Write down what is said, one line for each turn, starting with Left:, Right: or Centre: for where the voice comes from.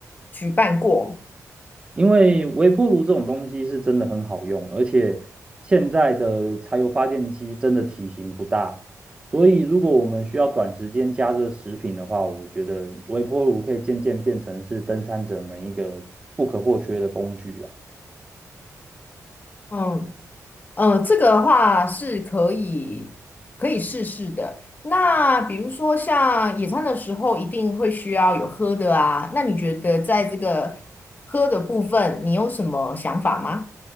Left: 举办过。
Right: 因为微波炉这种东西是真的很好用，而且现在的柴油发电机真的体型不大，所以如果我们需要短时间加热食品的话，我觉得微波炉可以渐渐变成是登山者们一个不可或缺的工具啊。
Left: 嗯呃，这个的话是可以可以试试的。那比如说像野餐的时候，一定会需要有喝的啊。那你觉得在这个喝的部分，你有什么想法吗？